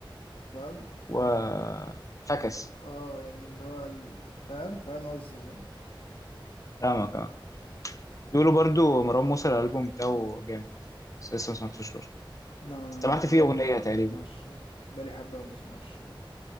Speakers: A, on the left; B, on the left.
A: فاهم
B: و فكس
A: اه يعني اللي هو ال- فاهم فاهم قصدي فاهم
B: فاهمك اه بيقولوا برضو مروان موسى الالبوم بتاعه جامد بس لسه ما سمعتوش برضه
A: لا انا
B: سمعت
A: بقالي
B: فيه اغنيه
A: حبه
B: تقريبا
A: ما بسمعش بقالي حبه ما بسمعش